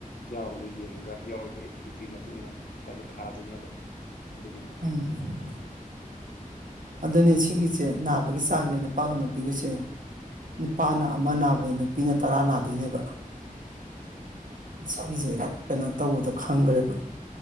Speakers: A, on the left (about 85°); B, on the right (about 65°).
A: ꯌꯥꯎꯕꯗꯣ ꯌꯦꯡꯉꯒ ꯌꯥꯎꯔꯤꯕ ꯍꯤꯠ ꯍꯤꯠꯇꯨꯒꯤ ꯃꯇꯨꯡ ꯏꯟꯅ ꯍꯥꯏꯞꯇꯣ ꯊꯥꯗꯣꯏꯅꯦꯕ ꯑꯗꯨꯒꯤꯅꯦꯕ
B: ꯎꯝ ꯑꯗꯨꯅꯦ ꯁꯤꯒꯤꯁꯦ ꯅꯥꯕꯒꯤ ꯆꯥꯡꯁꯦ ꯅꯨꯄꯥꯒ ꯅꯨꯄꯤꯒꯤꯁꯦ ꯅꯨꯄꯥꯅ ꯑꯃ ꯅꯥꯕꯗꯣ ꯅꯨꯄꯤꯅ ꯇꯔꯥ ꯅꯥꯗꯣꯏꯅꯦꯕ ꯁꯤꯒꯤꯁꯦ ꯑꯩ ꯀꯩꯅꯣ ꯇꯧꯕꯗꯣ ꯈꯪꯈ꯭ꯔꯦꯕ